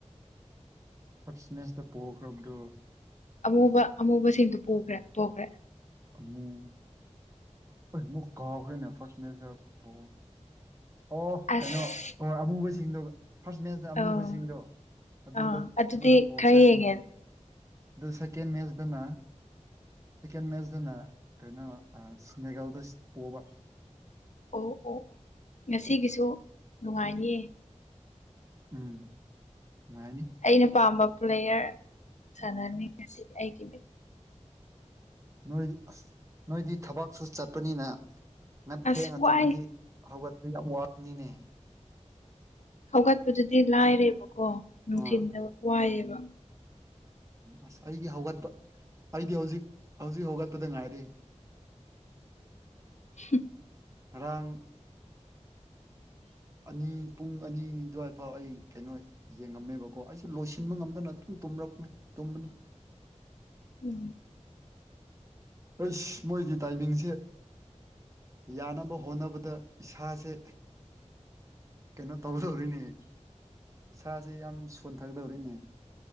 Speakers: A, on the right; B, on the left.
A: ꯐꯥꯔꯁꯠ ꯃꯦꯠ꯭ꯆꯗ ꯄꯣꯈ꯭ꯔꯕꯗꯣ
B: ꯑꯃꯨꯕ ꯑꯃꯨꯕꯁꯤꯡꯗꯨ ꯄꯨꯈ꯭ꯔꯦ ꯄꯣꯈ꯭ꯔꯦ
A: ꯑꯝꯃꯨ ꯑꯩ ꯃꯨꯛ ꯀꯥꯎꯈ꯭ꯔꯦꯅꯦ ꯐꯥꯔ꯭ꯁ ꯃꯦꯠꯁꯇ ꯄꯣ ꯑꯣ
B: ꯑꯁ
A: ꯀꯩꯅꯣ ꯑꯣ ꯑꯃꯨꯕꯁꯤꯡꯗꯨ ꯐꯥꯔꯁ ꯃꯦꯠꯆꯇ ꯑꯃꯨꯕꯁꯤꯡꯗꯣ
B: ꯑꯧ
A: ꯑꯗꯨꯗ
B: ꯑꯥ ꯑꯗꯨꯗꯤ
A: ꯑꯗꯨꯗ ꯄꯣꯛꯈ꯭ꯔꯦ
B: ꯈꯔ ꯌꯦꯡꯉꯦ
A: ꯑꯗꯨ ꯁꯦꯀꯦꯟ ꯃꯦꯆꯗꯅ ꯁꯦꯀꯦꯟ ꯃꯦꯠꯆꯗꯅ ꯀꯩꯅꯣ ꯑꯥ ꯁ꯭ꯅꯦꯒꯜꯗ ꯄꯣꯕ
B: ꯑꯣ ꯑꯣ ꯉꯁꯤꯒꯤꯁꯨ ꯅꯨꯡꯉꯥꯏꯅꯤꯌꯦ
A: ꯎꯝ ꯅꯨꯉꯥꯏꯅꯤ
B: ꯑꯩꯅ ꯄꯥꯝꯕ ꯄ꯭ꯂꯦꯌꯔ ꯁꯥꯟꯅꯅꯤ ꯉꯁꯤ ꯑꯩꯒꯤꯅꯤ
A: ꯅꯣꯏꯗꯤ ꯑꯁ ꯅꯣꯏꯗꯤ ꯊꯕꯛꯁꯨ ꯆꯠꯄꯅꯤꯅ ꯅꯡ
B: ꯑꯁ
A: ꯊꯦꯡꯅꯥ
B: ꯋꯥꯏ
A: ꯇꯨꯝꯃꯗꯤ ꯍꯧꯒꯠꯄꯗꯤ ꯌꯥꯝ ꯋꯥꯒꯥꯅꯤꯅꯦ
B: ꯍꯧꯒꯠꯄꯗꯨꯗꯤ ꯂꯥꯏꯔꯦꯕꯀꯣ ꯅꯨꯡꯊꯤꯟꯗꯤ
A: ꯍꯣꯏ
B: ꯋꯥꯏꯌꯦꯕꯥ
A: ꯑꯁ ꯑꯩꯗꯤ ꯍꯧꯒꯠꯄ ꯑꯩꯗꯤ ꯍꯧꯖꯤꯛ ꯍꯧꯖꯤꯛ ꯍꯧꯒꯠꯄꯗ ꯉꯥꯏꯔꯤ
B: <unintelligible>
A: ꯉꯔꯥꯡ ꯑꯅꯤ ꯄꯨꯡ ꯑꯅꯤ ꯑꯗꯨꯋꯥꯏ ꯐꯥꯎ ꯑꯩ ꯀꯩꯅꯣ ꯌꯦꯡꯉꯝꯃꯦꯕꯀꯣ ꯑꯩꯁꯨ ꯂꯣꯏꯁꯤꯟꯕ ꯉꯝꯗꯅ ꯑꯗꯨꯝ ꯇꯨꯝꯒꯔꯕꯅꯦ ꯇꯨꯝꯕꯅꯦ
B: ꯎꯝ
A: ꯑꯩꯁ ꯃꯣꯏꯒꯤ ꯇꯥꯏꯃꯤꯡꯁꯦ ꯌꯥꯅꯕ ꯍꯣꯠꯅꯕꯗ ꯏꯁꯥꯁꯦ ꯀꯩꯅꯣ ꯇꯧꯒꯗꯧꯔꯤꯅꯦ ꯑꯦꯁꯥꯁꯦ ꯌꯥꯝ ꯁꯣꯟ ꯊꯒꯗꯧꯔꯤꯅꯦ